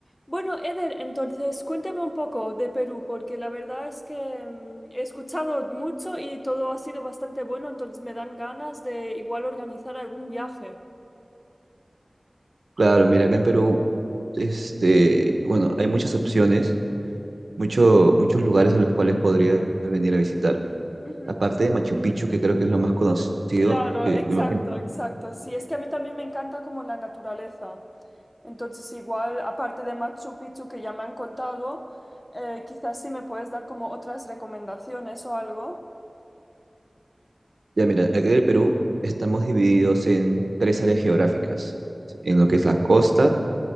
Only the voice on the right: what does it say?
Claro, mira, acá en Perú, este, bueno, hay muchas opciones, mucho, muchos lugares a los cuales podrías venir a visitar.
Aparte de Machu Picchu, que creo que es lo más conocido,
eh,
me imagino-
Ya, mira, acá en el Perú estamos divididos en tres áreas geográficas, ¿sí? en lo que es la costa,